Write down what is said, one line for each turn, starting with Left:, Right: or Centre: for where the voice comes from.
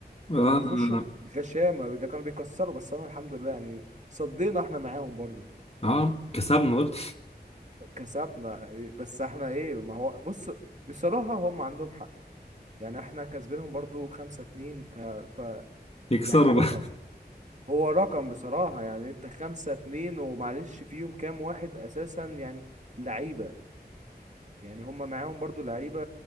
Left: آه،
Right: كانوا بيخشوا بغشامه ده كانوا بيكسروا بس انا الحمد لله يعني صدينا احنا معاهم برضو
Left: اه كسبنا برضه
Right: كسبنا بس احنا ايه ما هو بص بصراحه هم عندهم حق يعني احنا كسبينهم برضو خمسة اتنين ف... ف
Left: يكسروا
Right: يعني رقم
Left: بقى
Right: هو رقم بصراحة يعني انت خمسة اتنين ومعلش فيهم كام واحد اساسا يعني لعيبة يعني هما معاهم برضو لعيبة